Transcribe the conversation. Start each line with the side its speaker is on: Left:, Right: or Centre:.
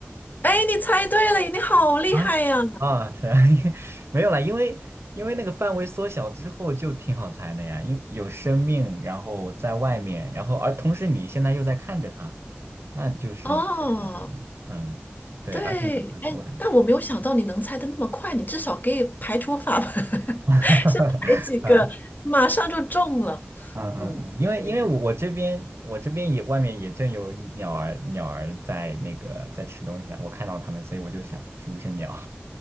Left: 哎，你猜对了，你好厉害呀！
Right: 啊啊，是 <laughs> 没有啦，因为因为那个范围缩小之后就挺好猜的呀，因有生命，然后在外面，然后而同时你现在又在看着它。那
Left: 哦，
Right: 鸟了吗？嗯，对，
Left: 对，
Right: 而且你还说呀。
Left: 哎，但我没有想到你能猜的那么快，你至少可以排除法吧，<laughs>
Right: <laughs>
Left: 先排几个，
Right: 嗯
Left: 马上就中了。
Right: 嗯嗯嗯，
Left: 嗯，厉害厉害。
Right: 因为因为我我这边我这边也外面也正有鸟儿鸟儿在那个在吃东西啊，我看到它们，所以我就想是不是鸟。